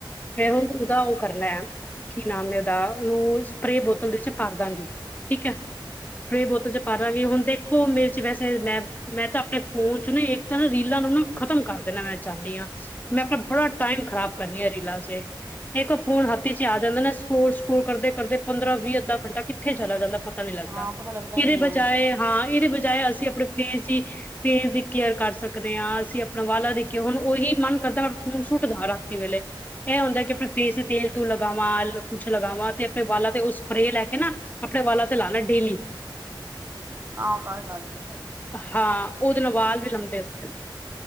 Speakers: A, on the left; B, on the right.
A: ਫੇਰ ੳਨੂੰ ਉਦਾ ੳ ਕਰਨਾ ਏ ਕੀ ਨਾਮ ਏ ੳਦਾ ੳਨੂੰ ਸਪੇ੍ ਬੋਤਲ ਦੇ ਵਿੱਚ ਭਰ ਦਾਂਗੀ। ਠੀਕ ਐ। ਸਪੇ੍ ਬੋਤਲ ਚ ਪਾਦਾਂਗੇ
B: ਅੱਛਾ
A: ਹੁਨ ਦੇਖ ਦੇਖੋ ਮੇਰੇ ਚ ਵੈਸੇ ਮੈਂ-ਮੈਂ ਤਾਂ ਅਪਨੇ ਫੋਨ ਚ ਨਾ ਇੱਕ ਰੀਲਾਂ ਨੂੰ ਨਾ ਖ਼ਤਮ ਕਰ ਦੇਨਾ ਮੈਂ ਚਾਂਦੀ ਆ। ਮੈਂ ਅਪਨਾ ਬੜਾ ਟਾਈਮ ਖਰਾਬ ਕਰਨੀ ਆ ਰੀਲਾਂ ਚੇ। ਇੱਕ ਆਰੀ ਫੋਨ ਹੱਥ ਇਚ ਆ ਜਾਂਦਾ ਨਾ ਸਕਰੋਲ-ਸਕਰੋਲ ਕਰਦੇ-ਕਰਦੇ, ਪੰਦਰਾਂ- ਵੀਹ, ਅੱਧਾ ਘੰਟਾ ਕਿੱਥੇ ਚਲਾ ਜਾਂਦਾ ਪਤਾ ਪਤਾ ਨੀ ਲੱਗਦਾ।
B: ਹਾਂ ਪਤਾ ਲੱਗਦਾ ਹੀ
A: ਏਦੇ
B: ਨਹੀਂ ਆ
A: ਬਜਾਏ ਹਾਂ ਏਦੇ ਬਜਾਏ ਅਸੀ ਸੀ ਅਪਨੇ ਫੇਸ ਦੀ, ਫੇਸ ਦੀ ਕੇਅਰ ਕਰ ਸਕ ਸਕਦੇ ਆਂ ਅਸੀ ਅਪਨਾ ਵਾਲਾਂ ਦੀ ਕੇਅਰ ੳਹੀ ਮਨ ਕਰਦਾ ਫੋਨ ਸੁੱਟ ਦਾ ਰਾਤੀ ਵੇਲੇ। ਏਹ ਹੁੰਦਾ ਕਿ ਅਪਨੇ ਫੇਸ ਤੇ ਤੇਲ ਤੂਲ ਲਗਾਵਾਂ, ਕੁਛ ਲਗਾਵਾਂ ਤੇ ਅਪਨੇ ਵਾਲਾਂ ਤੇ ੳਹ ਸਪੇ੍ ਲੈ ਕੇ ਨਾ ਅਪਨੇ ਵਾਲਾਂ ਤੇ ਲਾਨਾ, ਡੇਲੀ।
B: ਹੂੰ ਆਹ ਗੱਲ, ਗੱਲ ਤੇ ਸਹੀ ਐ।
A: ਹਾਂ ੳਦੇ ਨਾਲ ਵਾਲ ਵੀ ਲੰਬੇ ਹੁੰਦੇ ਨੇ।